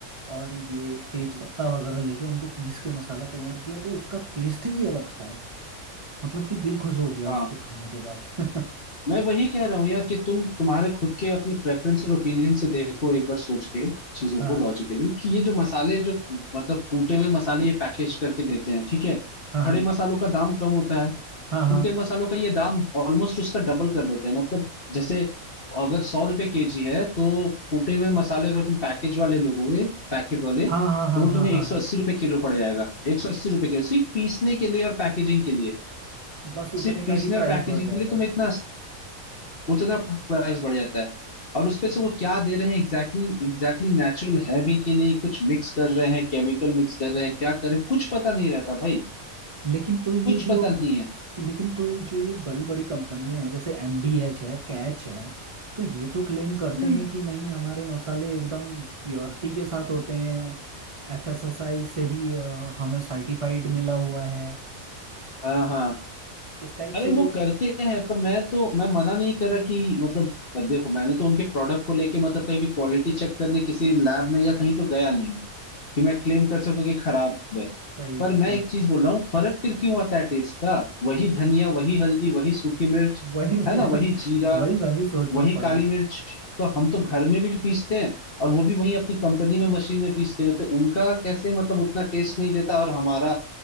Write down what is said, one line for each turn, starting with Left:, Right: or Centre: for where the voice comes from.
Right: और ये
Left: हम्म,
Right: तेज
Left: हम्म।
Right: पत्ता वगैरह लेके उनको पीस के मसाला तैयार किया तो उसका टेस्ट ही अलग था मतलब कि दिल खुश हो गया
Left: हाँ
Right: उसको खाने के बाद <laughs>
Left: मैं वही कह रहा हूँ यार कि तुम तुम्हारे खुद के अपने प्रेफरेंस और ओपिनियन से देखो एक बार सोच के चीजों
Right: हाँ
Left: को लॉजिकली कि ये जो मसाले जो मतलब कूटे हुए मसाले ये पैकेज करके देते हैं ठीक है
Right: हाँ
Left: खड़े
Right: हाँ
Left: मसालों का दाम कम होता है
Right: हाँ हाँ
Left: कूटे मसालों का ये दाम ऑलमोस्ट उसका डबल कर देते हैं मतलब जैसे अगर सौ रुपए केजी है तो कूटे हुए मसाले अगर तुम पैकेज वाले लोगोगे पैकेट वाले
Right: हाँ हाँ हाँ
Left: तो वो तुम्हें
Right: हाँ हाँ
Left: एक सौ
Right: हाँ
Left: अस्सी रुपए किलो पड़ जाएगा एक सौ अस्सी रुपए किलो सिर्फ पीसने के लिए और पैकेजिंग के लिए
Right: बस उतने
Left: सिर्फ
Right: का
Left: पीसने
Right: ही
Left: और
Right: प्राइस
Left: पैकेजिंग
Right: बढ़ जाएगा
Left: के लिए तुम्हें इतना उतना प्राइस बढ़ जाता है और उसपे से वो क्या दे रहे हैं एग्जैक्टली एग्जैक्टली नेचुरल है भी कि नहीं कुछ मिक्स कर रहे हैं केमिकल मिक्स कर रहे हैं क्या कर रहे हैं कुछ पता नहीं रहता भाई
Right: लेकिन तो ये
Left: कुछ
Right: जो
Left: पता नहीं है
Right: लेकिन तो ये जो ये बड़ी बड़ी कंपनियां हैं जैसे एमडीएच है कैच है तो ये तो क्लेम करते
Left: हम्म
Right: हैं कि नहीं हमारे मसाले एकदम प्योरिटी के साथ होते हैं एफएसएसआई से भी अ, हमें सर्टिफाइड मिला हुआ है
Left: हाँ हाँ
Right: इस टाइप
Left: अरे
Right: से
Left: वो
Right: ये
Left: करते
Right: <laughs>
Left: हैं पर मैं तो मैं मना नहीं कर रहा कि मतलब देखो मैंने तो उनके प्रोडक्ट को लेके मतलब कहीं भी क्वालिटी चेक करने किसी लैब में या कहीं तो गया नहीं कि मैं क्लेम कर सकूं कि खराब है
Right: सही
Left: पर
Right: बात
Left: मैं
Right: है
Left: एक चीज बोल रहा हूँ फर्क फिर क्यों आता है टेस्ट का वही धनिया वही हल्दी वही सूखी मिर्च
Right: वही मेरा
Left: है ना वही जीरा
Right: वही मैं भी सोच
Left: वही
Right: में पड़ा
Left: काली मिर्च तो हम तो घर में भी पीसते हैं और वो भी वही अपनी कंपनी में मशीन में पीसते हैं तो उनका कैसे मतलब उतना टेस्ट नहीं देता और हमारा